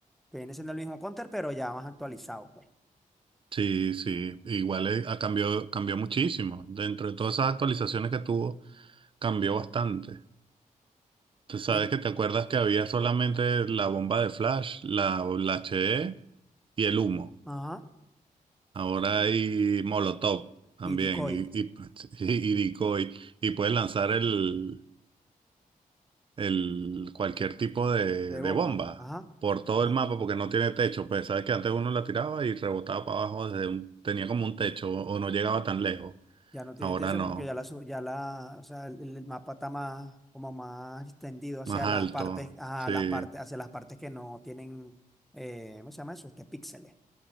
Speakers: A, in the centre; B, on the right (about 35°).
A: que viene siendo el mismo Counter, pero ya más actualizado, pues.
B: Sí, sí, igual eh, ha cambió, cambió muchísimo. Dentro de todas esas actualizaciones que tuvo, cambió bastante. Tú sabes
A: Y,
B: que te acuerdas que había solamente la bomba de flash, la, la HE y el humo.
A: ajá,
B: Ahora hay Molotov también
A: y decoy
B: y, y, <laughs> y, y decoy, y puedes lanzar el, el cualquier tipo de,
A: de
B: de
A: bomba.
B: bomba
A: Ajá.
B: por todo
A: la-
B: el mapa porque no tiene techo. Pues sabes que antes uno la tiraba y rebotaba para abajo, desde un- tenía como un techo o o no llegaba tan lejos.
A: Ya no tiene
B: Ahora
A: techo
B: no,
A: porque ya la, su- ya la, o sea, el, el mapa está más, como más extendido hacia
B: más
A: las
B: alto.
A: partes, a
B: Sí.
A: las partes, hacia las partes que no tienen, eh, ¿cómo se llama eso? Este, píxeles.